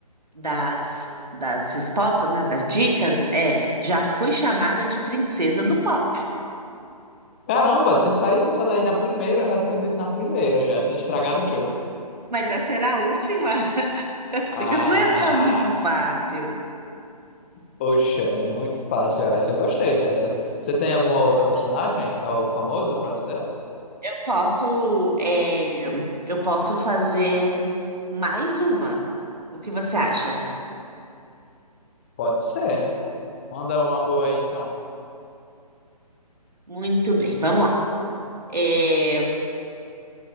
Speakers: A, on the right; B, on the left.
A: das, das respostas, né, das dicas é já fui chamada de princesa do pop.
B: Caramba, se saísse essa daí na primeira, eu já tinha dito na primeira, já tinha estragado o jogo.
A: Mas essa era a última, <laughs>
B: Ah.
A: porque senão ia ficar muito fácil.
B: Poxa, muito fácil essa. Eu gostei dessa. Você tem algum outro personagem? É o famoso pra dizer?
A: Eu posso, é, eu posso fazer mais uma. O que você acha?
B: Pode ser. Manda uma boa aí, então.
A: Muito bem, vamos lá. É,